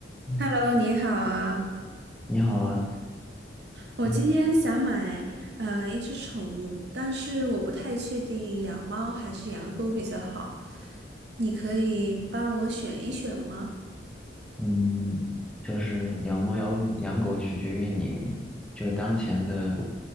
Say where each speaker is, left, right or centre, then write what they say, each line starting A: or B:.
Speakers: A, in the centre; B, on the right.
A: 嗯，
B: Hello，你好啊！
A: 你好啊，
B: 我今天想买呃一只宠物，
A: 嗯
B: 但是我不太确定养猫还是养狗比较好。你可以帮我选一选吗？
A: 嗯，就是养猫养养狗取决于你就是当前的